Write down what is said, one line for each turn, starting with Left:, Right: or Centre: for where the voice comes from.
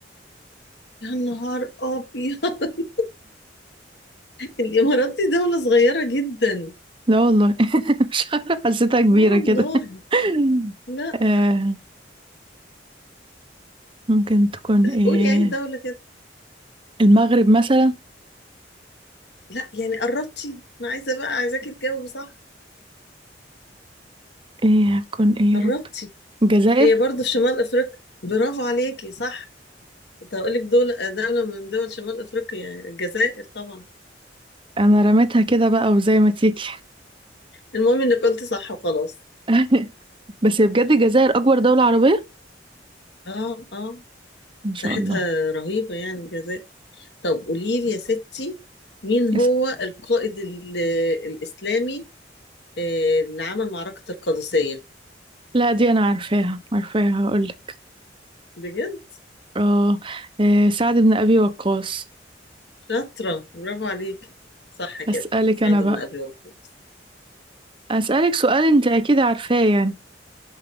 Left: يا نهار ابيض <laughs> الامارات دي دوله صغيره جدا
Right: لا والله <laughs> مش عارفة حسيتها كبيرة
Left: آه والله
Right: كده <laughs>
Left: لا
Right: آه ممكن تكون إيه
Left: قولي اي دوله كده
Right: المغرب مثلا
Left: لا يعني قربتي انا عايزه بقى عايزاكي تجاوبي صح
Right: إيه هتكون إيه يا
Left: قربتي
Right: رب الجزائر
Left: هي برضه في شمال افريقيا برافو عليكي صح كنت هقول لك دول دوله من دول شمال افريقيا يعني الجزائر طبعا
Right: أنا رميتها كده بقى وزي ما تيجي
Left: المهم انك قلتي صح وخلاص
Right: <laughs> بس بجد الجزائر أكبر دولة عربية
Left: اه اه
Right: إن شاء
Left: مساحتها
Right: الله
Left: رهيبه يعني الجزائر طب قولي لي يا ستي مين هو
Right: يس.
Left: القائد ال- الاسلامي آه، اللي عمل معركه القادسيه
Right: لا دي أنا عارفاها عارفاها هقولك
Left: بجد
Right: آه آه، سعد بن أبي وقاص
Left: شاطره برافو عليكي صح كده
Right: أسألك
Left: سعد
Right: أنا
Left: بن
Right: بقى
Left: ابي وقاص
Right: أسألك سؤال أنت أكيد عارفاه يعني